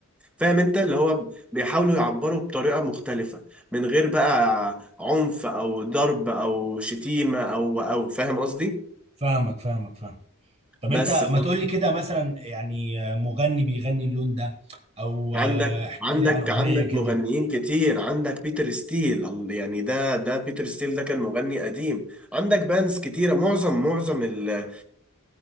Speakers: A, in the centre; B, on the right.
A: فاهم انت اللي هو بيحاولوا يعبروا بطريقة مختلفة من غير بقى عنف او ضرب او شتيمة او او فاهم قصدي
B: فاهمك فاهمك فاهم طب
A: بس
B: انت ما تقول لي كده مثلا يعني آه، مغني بيغني اللون ده او
A: عندك
B: آه، احكي
A: عندك
B: لي عن اغنية
A: عندك
B: كده
A: مغنيين كتير عندك بيتر ستيل ال- يعني ده ده بيتر ستيل ده كان مغني قديم عندك بانز كتيرة معظم معظم ال ال